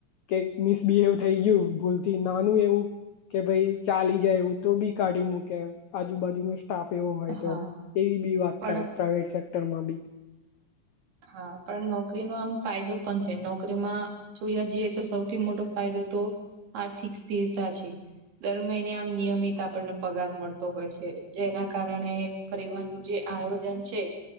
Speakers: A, on the left (about 80°); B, on the right (about 60°).
A: કેક મિસબિહેવ થઈ ગયું ભૂલથી, નાનું એવું કે ભાઈ ચાલી જાય એવું, તો બી કાઢી મૂકે, આજુબાજુ નુ તાપ એવો હોય
B: હા
A: તો, એવી બી વાત
B: પણ
A: થાય પ્રાઈવેટ સેક્ટર માં બી.
B: હા, પણ નોકરી નો આમ ફાયદો પણ છે, નોકરીમાં જોયા જઈએ તો સૌથી મોટો ફાયદો તો આર્થિક સ્થિરતા છે. દર મહિને આમ નિયમિત આપણને પગાર મળતો હોય છે, જેના કારણે પરીવાર નું જે આયોજન છે,